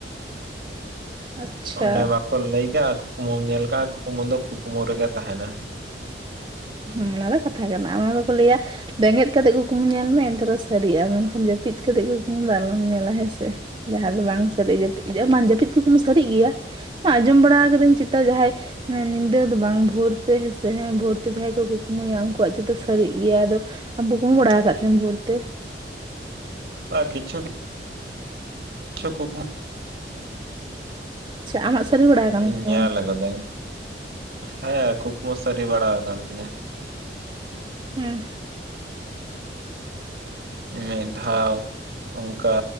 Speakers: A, on the right (about 30°); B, on the right (about 65°).
A: ᱟᱪᱪᱷᱟ
B: ᱚᱱᱮ ᱵᱟᱠᱚ ᱞᱟᱹᱭ ᱠᱟᱜᱼᱟ ᱠᱩᱠᱢᱩᱢ ᱧᱮᱞ ᱠᱟᱜᱼᱟ ᱠᱩᱠᱢᱩ ᱫᱚ ᱠᱩᱠᱢᱩ ᱨᱮᱜᱮ ᱛᱟᱦᱮᱱᱟ᱾
A: ᱦᱩᱸ ᱚᱱᱟ ᱫᱚ ᱠᱟᱛᱷᱟ ᱠᱟᱱᱟ ᱚᱱᱟ ᱫᱚᱠᱚ ᱞᱟᱹᱭᱟ ᱵᱮᱸᱜᱮᱫ ᱠᱟᱛᱮᱜ ᱠᱩᱠᱢᱩ ᱧᱮᱞ ᱢᱮ ᱮᱱᱛᱮᱨᱮᱦᱚᱸ ᱥᱟᱹᱨᱤᱜᱼᱟ ᱢᱮᱱᱠᱷᱟᱱ ᱡᱟᱹᱯᱤᱫ ᱠᱟᱛᱮᱜ ᱠᱩᱠᱢᱩ ᱫᱚ ᱟᱞᱚᱢ ᱧᱮᱞᱟ ᱦᱮᱸᱥᱮ᱾ ᱡᱟᱦᱟᱸ ᱫᱚ ᱵᱟᱝ ᱥᱟᱹᱨᱤᱜ ᱡᱟᱹᱯᱤᱫ ᱜᱮ ᱵᱟᱝᱟᱱ ᱡᱟᱹᱯᱤᱫ ᱠᱚᱫᱢ <unintelligible> ᱥᱟᱹᱨᱤᱜ ᱜᱮᱭᱟ᱾ ᱮ ᱟᱸᱡᱚᱢ ᱵᱟᱲᱟ ᱟᱠᱟᱫᱟᱹᱧ ᱪᱮᱛᱟ ᱡᱟᱦᱟᱸᱭ ᱦᱟᱱᱮ ᱧᱤᱫᱟᱹ ᱫᱚ ᱵᱟᱝ ᱵᱷᱳᱨ ᱛᱮ ᱦᱮᱸ ᱥᱮᱸ ᱵᱷᱳᱨ ᱡᱟᱦᱟᱸᱭ ᱠᱚ ᱠᱩᱠᱢᱩᱭᱟ ᱩᱱᱠᱩᱣᱟᱜ ᱪᱮᱛᱚ ᱥᱟᱹᱨᱤᱜ ᱜᱮᱭᱟ ᱟᱫᱚ ᱟᱢ ᱠᱩᱠᱢᱩ ᱵᱟᱲᱟ ᱟᱠᱟᱫ ᱛᱮᱢ ᱵᱷᱳᱨ ᱛᱮ᱾
B: ᱵᱟ ᱠᱤᱪᱷᱩ ᱠᱤᱪᱷᱩ ᱠᱩᱠᱢᱩ
A: ᱟᱪᱷᱟ ᱟᱢᱟᱜ ᱥᱟᱹᱨᱤ ᱵᱟᱲᱟ ᱟᱠᱟᱱᱟ
B: ᱤᱧ
A: ᱥᱮ
B: ᱧᱮᱞ
A: ᱵᱟᱝ
B: ᱟᱠᱟᱫᱟᱹᱧ ᱦᱮᱸ ᱠᱩᱠᱢᱩ ᱥᱟᱹᱨᱤ ᱵᱟᱲᱟ ᱟᱠᱟᱱ ᱛᱤᱧᱟᱹ
A: ᱦᱮᱸ
B: ᱢᱤᱫ ᱫᱷᱟᱣ ᱚᱱᱠᱟ